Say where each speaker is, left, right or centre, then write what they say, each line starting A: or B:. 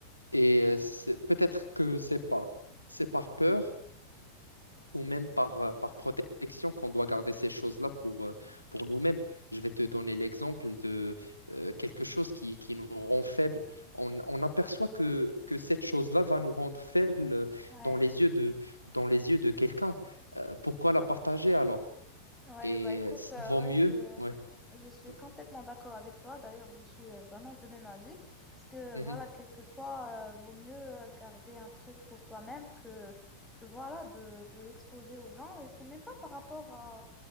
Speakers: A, on the left; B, in the centre.
A: Et euh, c'est- peut-être que c'est pas, c'est par peur ou même par, euh, par protection qu'on doit garder ces choses-là pour, euh, pour nous-mêmes. Je vais te donner l'exemple de euh, quelque chose qui, qui nous rend faibles. On, on aperçoit que, que cette chose-là va nous rendre faibles euh,
B: Ouais.
A: dans les yeux de, dans les yeux de quelqu'un. Euh, pourquoi la partager alors?
B: Ouais,
A: Et
B: bah écoute,
A: euh,
B: euh,
A: vaut
B: ouais,
A: mieux.
B: je,
A: Ouais.
B: je suis
A: Ouais.
B: complètement d'accord avec toi. D'ailleurs, je suis euh, vraiment du même avis. Parce que
A: Mhm.
B: voilà, quelquefois, euh, vaut mieux euh, garder un truc pour toi-même que, que voilà, de, de l'exposer aux gens. Et c'est même pas par rapport à.